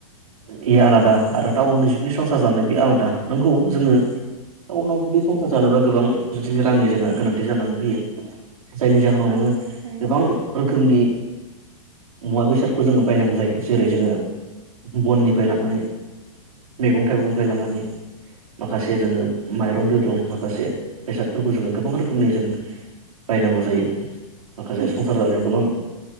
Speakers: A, on the right (about 80°); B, on the right (about 65°).
A: बे आलादा आरो टाउननि बिसोरनि संसार जानायनि आलादा नंगौ जोङो टाउनाव जुदि संसार जानोबा गोबां जोंनो रांनि जोंहा गोनांथि जानानै फैयो। जायनि जाहोनाव
B: ओं
A: नोङो
B: थायो
A: गोबां रोखोमनि मुवा बेसादखौ जोङो बायनांगौ जायो। जेरै जोङो बननिफ्राय लानानै मैगं थाइगंनिफ्राय लानानै माखासे जोङो माइरं दैरं माखासे बेसादफोरखौ जोङो गोबां रोखोमनि जों बायनांगौ जायो। माखासे
B: उम
A: संसार जानायाव गोबां